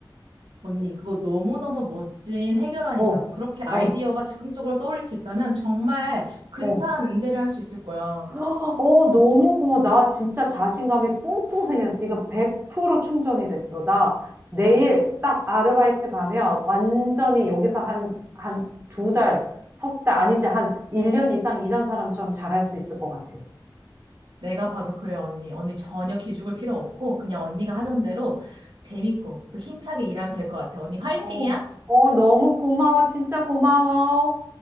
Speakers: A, on the right; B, on the right.
A: 언니, 그거 너무너무 멋진 해결안이다.
B: 어,
A: 그렇게 아이디어가
B: 아,
A: 즉흥적으로 떠올릴 수 있다면 정말 근사한
B: 어.
A: 응대를 할 수 있을 거야.
B: 어, 너무 고마워. 나 진짜 자신감이 뿡뿡 생겼어. 지금 100% 충전이 됐어. 나 내일 딱 아르바이트 가면 완전히 여기서 한, 한 두 달, 석 달, 아니지, 한 1년 이상 일한 사람처럼 잘할 수 있을 것 같아.
A: 내가 봐도 그래, 언니. 언니 전혀 기죽을 필요 없고 그냥 언니가 하던 대로 재밌고 또 힘차게 일하면 될 것 같아. 언니 화이팅이야!
B: 어, 어, 너무 고마워. 진짜 고마워.